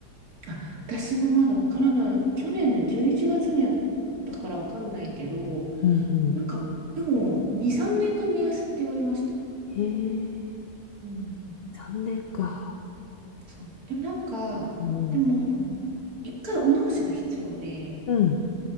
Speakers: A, on the right; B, on the left.
A: あ、私もまだわからない。去年の11月にやったからわかんないけど、
B: うんうんうん
A: なんか、でも、2、3年が目安って言われました。
B: へえ、
A: うん。
B: 3年か。
A: そう。でもなんか、
B: うん。
A: でも、その一回お直しが必要で、
B: うん。